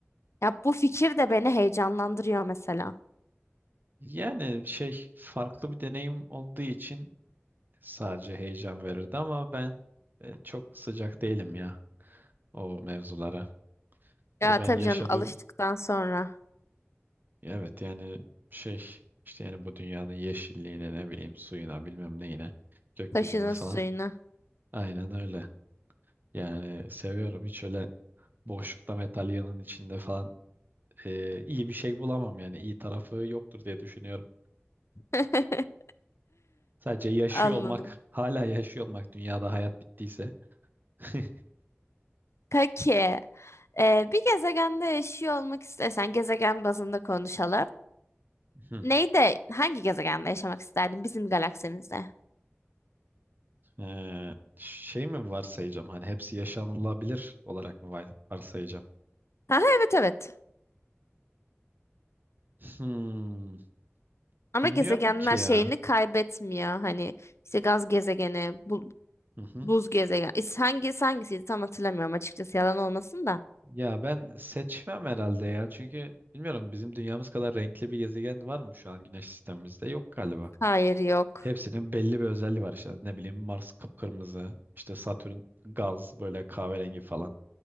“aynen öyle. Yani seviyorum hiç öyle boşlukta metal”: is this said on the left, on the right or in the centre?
Right